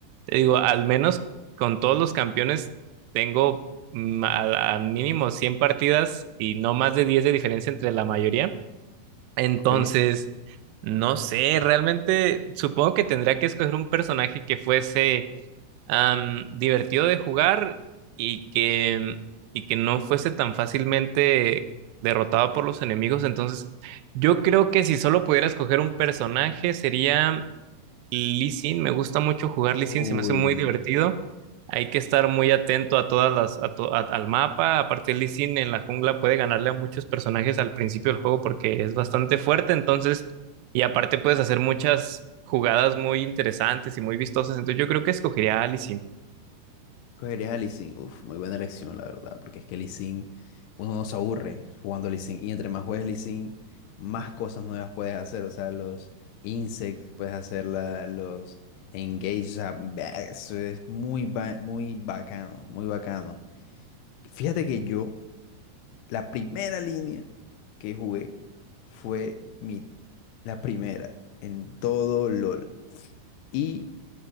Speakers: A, on the right; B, on the left.
A: te digo, al menos con todos los campeones tengo mm, a, a mínimo 100 partidas y no más de 10 de diferencia entre la mayoría. Entonces,
B: Ok.
A: no sé, realmente supongo que tendría que escoger un personaje que fuese am, divertido de jugar y que, y que no fuese tan fácilmente derrotado por los enemigos. Entonces, yo creo que si solo pudiera escoger un personaje sería Lee Sin. Me gusta mucho jugar Lee
B: Uy,
A: Sin, se me hace muy
B: bueno.
A: divertido. Hay que estar muy atento a todas las, a to- a- al mapa. Aparte, Lee Sin en la jungla puede ganarle a muchos personajes al principio del juego porque es bastante fuerte. Entonces, y aparte puedes hacer muchas jugadas muy interesantes y muy vistosas. Entonces, yo creo que escogería a Lee
B: Cogerías a Lee Sin. Uf, muy buena elección, la verdad, porque es que Lee Sin, uno no se aburre jugando Lee Sin. Y entre más juegues Lee Sin, más cosas nuevas puedes hacer. O sea, los insects, puedes hacer la- los engage. O sea, ve- eso es muy, ba- muy bacano, muy bacano. Fíjate que yo, la primera línea que jugué fue mi, la primera en todo LOL. Y